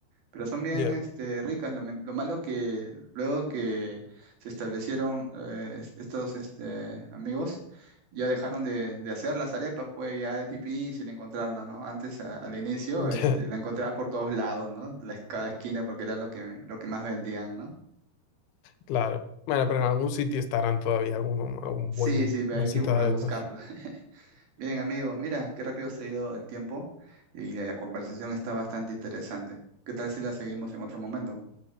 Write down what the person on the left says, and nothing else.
Ya,
<laughs>
ya,
claro. Bueno, pero en algún sitio estarán todavía, algún, algún
buen,
buen
sitio
de
arepas.